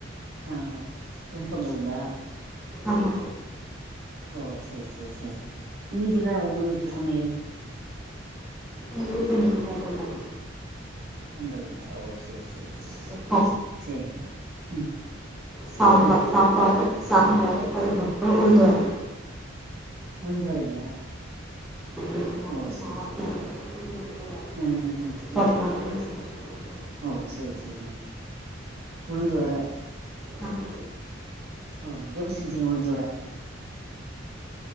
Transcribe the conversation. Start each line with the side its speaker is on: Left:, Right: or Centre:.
Right: ஆ வெண்பொங்கலுங்ளா
Centre: ஆமா
Right: ஓ செர் செர் செரி இன்னிக்கு என்ன உங்க வீட்ல சமையல்?
Centre: எங்க வீட்ல இன்னக்கி பொங்கல் தா
Right: பொங்கலுங்லா ஓ சேர் சேரி செர்
Centre: நெல்
Right: சேரிங்க ம்
Centre: சாம்பா
Right: ம்
Centre: சாப்பாடு சாம்பா ரு அதுக்கப்றொ
Right: ம்
Centre: உளுந்தவட
Right: உளுந்துவடைங்ளா
Centre: எங்கள் மாமியார்
Right: ஓ சேர்
Centre: மாவாட்டினாங்க
Right: சேர் சேர்
Centre: அப்புறம் உளுந்து
Right: ம் ம் ம் சேர்
Centre: வடை போடுறாங்க செஞ்சுருவாங்க
Right: ஓ சேர் சேரி உளுந்து வட
Centre: ஆமா
Right: ஓ எப்பிடி செஞ்சீங்க உளுந்த வட?